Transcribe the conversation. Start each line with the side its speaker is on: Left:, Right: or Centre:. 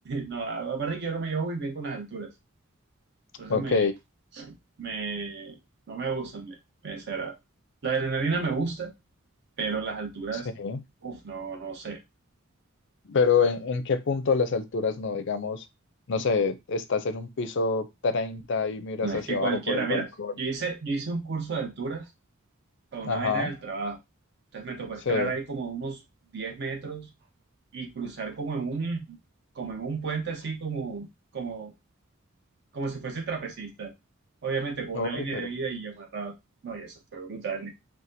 Right: <laughs> no, aparte que yo no me llevo muy bien con las alturas. Entonces
Left: Ok,
Right: me, me, no me gustan, me, me desagradan. La adrenalina me gusta, pero las alturas,
Left: sí.
Right: uff, no, no sé.
Left: Pero ¿en, en qué punto las alturas no? Digamos, no sé, estás en un piso 30 y miras
Right: No es
Left: hacia
Right: que cualquiera,
Left: abajo por el
Right: mira,
Left: balcón.
Right: yo hice, yo hice un curso de alturas para una
Left: Ajá,
Right: vaina del trabajo. Entonces me tocó
Left: sí.
Right: escalar ahí como unos 10 metros y cruzar como en un, como en un puente así como, como, como si fuese trapecista. Obviamente con
Left: Uy,
Right: una línea
Left: pero,
Right: de vida y amarrado. No, y eso fue brutal.